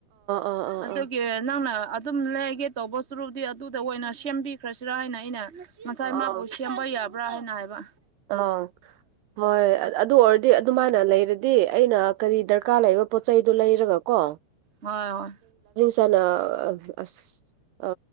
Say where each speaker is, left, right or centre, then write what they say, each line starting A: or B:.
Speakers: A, on the right; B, on the right.
A: ꯑꯥ ꯑꯥ
B: ꯑꯗꯨꯒꯤ
A: ꯑꯥ
B: ꯅꯪꯅ ꯑꯗꯨꯝ ꯂꯩꯒꯦ ꯇꯧꯕ ꯁꯨꯔꯨꯕꯨꯗꯤ ꯑꯗꯨꯗ ꯑꯣꯏꯅ ꯁꯦꯝꯕꯤꯈ꯭ꯔꯁꯤꯔꯥ ꯍꯥꯏꯅ ꯑꯩꯅ ꯉꯁꯥꯏ
A: ꯑꯥ
B: ꯃꯥꯕꯨ ꯁꯦꯝꯕ ꯌꯥꯕ꯭ꯔꯥ ꯍꯥꯏꯅ ꯍꯥꯏꯕ
A: ꯑꯥ ꯍꯣꯏ ꯑꯗꯨ ꯑꯣꯏꯔꯗꯤ ꯑꯗꯨꯃꯥꯏꯅ ꯂꯩꯔꯗꯤ ꯗꯤ ꯑꯩꯅ ꯀꯔꯤ ꯗꯔꯀꯥꯔ ꯂꯩꯕ ꯄꯣꯠ ꯆꯩꯗꯨꯣ ꯂꯩꯔꯒ ꯀꯣ
B: ꯍꯣꯏ
A: ꯆꯅ ꯑꯁ